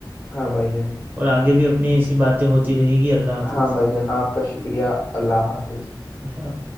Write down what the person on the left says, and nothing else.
ہاں بھائی جان
ہاں بھائی
جان آپ کا شکریہ اللہ حافظ